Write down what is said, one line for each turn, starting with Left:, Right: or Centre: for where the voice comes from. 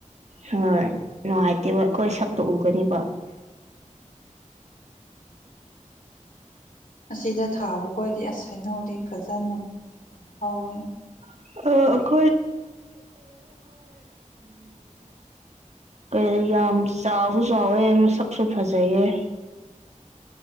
Right: ꯍꯣꯏ ꯅꯨꯡꯉꯥꯏꯇꯦꯕ ꯑꯩꯈꯣꯏ ꯁꯛꯇꯣ ꯎꯒꯅꯤꯕ
Left: ꯑꯁꯤꯗ ꯊꯥꯕ ꯈꯣꯏꯗꯤ ꯑꯁ ꯍꯩꯅꯧꯗꯤ ꯐꯖꯅ ꯍꯧꯋꯦ
Right: <unintelligible> ꯀꯩ ꯌꯥꯝ ꯆꯥꯎꯁꯨ ꯆꯥꯎꯋꯦ ꯃꯁꯛꯁꯨ ꯐꯖꯩꯌꯦ